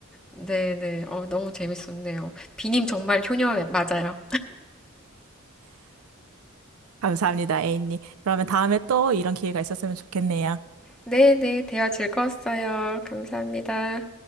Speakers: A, in the centre; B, on the right.
A: 네네. 어, 너무 재밌었네요. 비님 정말 효녀 맞아요.
B: 감사합니다, 에인님. 그러면 다음에 또 이런 기회가 있었으면 좋겠네요.
A: 네네. 대화 즐거웠어요. 감사합니다.